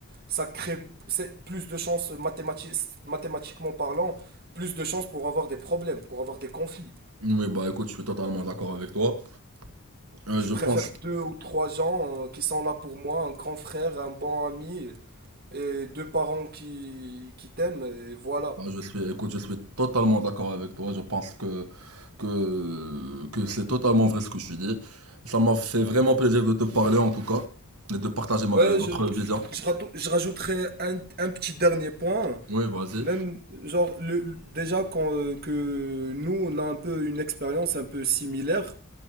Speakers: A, on the right (about 45°); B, on the right (about 90°).
A: Ça crée c'est plus de chances mathémati- mathématiquement parlant, plus de chances pour avoir des problèmes, pour avoir des conflits.
B: Oui, bah écoute, je suis totalement d'accord avec toi. Euh,
A: Je
B: je
A: préfère
B: pense,
A: deux ou trois gens euh, qui sont là pour moi, un grand frère, un bon ami et deux parents qui, qui t'aiment, et voilà.
B: bah, je suis, écoute, je suis totalement d'accord avec toi. Je pense que, que, que c'est totalement vrai ce que tu dis. Ça m'a fait vraiment plaisir de te parler en tout cas, et de partager ma-
A: Ouais,
B: euh, notre
A: je,
B: vision.
A: je, rato- je rajouterai un, un petit dernier point.
B: Oui, vas-y.
A: Même, genre, le, déjà quand, euh, que nous, on a un peu une expérience un peu similaire,